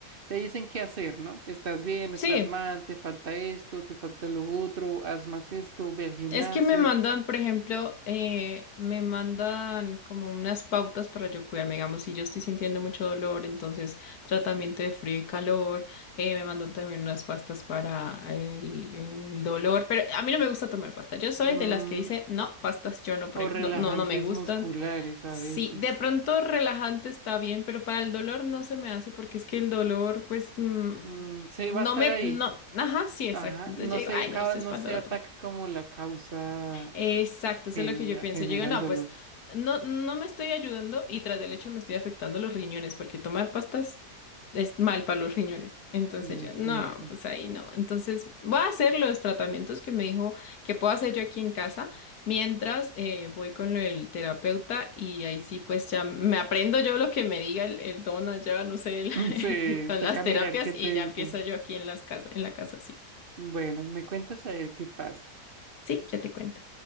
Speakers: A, on the right; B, on the left.
A: te dicen qué hacer, ¿no? Estás bien,
B: sí,
A: estás mal, te falta esto, te falta lo otro, haz más esto, ve al gimnasio,
B: Es que me mandan, por ejemplo, eh, me mandan como unas pautas para yo cuidarme, digamos, si yo estoy sintiendo mucho dolor, entonces tratamiento de frío y calor, eh, me mandan también unas pastas para el, el dolor, pero a mí no me gusta tomar pasta, yo soy
A: mm,
B: de las que dice, no, pastas yo no, pre-
A: o relajantes
B: no, no, no me gustan.
A: musculares a
B: Sí,
A: veces.
B: de pronto relajante está bien, pero para el dolor no se me hace porque es que el dolor, pues, mm,
A: Mm, se
B: no
A: va a estar
B: me,
A: ahí.
B: no, ajá, sí, exacto.
A: Ajá,
B: Entonces
A: no
B: yo digo,
A: se,
B: ay,
A: ca-
B: no, si
A: no
B: es para
A: se
B: el dolor,
A: ataca
B: no.
A: como la causa
B: Exacto,
A: que
B: eso es lo que yo pienso.
A: genera
B: Yo digo, no,
A: el dolor.
B: pues no, no me estoy ayudando y tras del hecho me estoy afectando los riñones porque tomar pastas es mal para los riñones. Entonces
A: Sí,
B: yo,
A: es
B: no,
A: cierto.
B: pues
A: <laughs>
B: ahí no. Entonces voy a hacer los tratamientos que me dijo que puedo hacer yo aquí en casa mientras eh, voy con el terapeuta y ahí sí, pues ya me aprendo yo lo que me diga el, el don allá, no sé, el-
A: Mm, Se
B: <laughs> con
A: toca
B: las terapias
A: mirar qué
B: y
A: te dicen.
B: ya empiezo yo aquí en las casas, en la casa, sí.
A: Bueno, me cuentas a ver qué pasa.
B: Sí, ya te cuento.